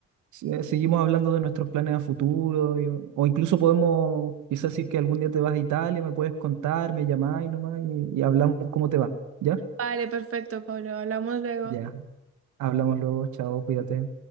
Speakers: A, on the right (about 85°); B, on the right (about 50°).
A: se- seguimos hablando de nuestros planes a futuro, y- o incluso podemos, quizás si es que algún día te vas a Italia, me puedes contar, me llamás y nomás y, y hablamos cómo te va, ¿ya?
B: vale, perfecto, Pablo, hablamos luego.
A: Ya, hablamos luego, chao, cuídate.